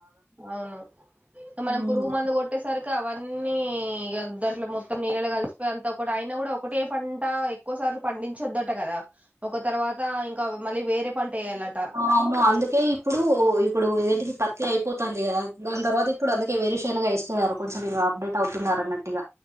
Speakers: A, on the right (about 30°); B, on the right (about 80°).
A: అవును మనం
B: ఉమ్
A: పురుగు మందు కొట్టేసరికి అవన్నీ దాంట్లో మొత్తం నీళ్ళలు కలిసిపోయి అంతా ఒకటి ఆయన కూడా ఒకటే పంట ఎక్కువసార్లు పండించొద్దట కదా ఒక తర్వాత ఇంకా మళ్ళీ వేరే పంట వేయాలట
B: అవును అందుకే ఇప్పుడు ఇప్పుడు ఏంటిది ప ఇ అయిపోతుంది కదా దాని తర్వాత ఇప్పుడు అందుకే వేరు శెనగ ఏస్తున్నారు కొంచెం ఇ అప్డేట్ అవుతున్నార అన్నట్టిగా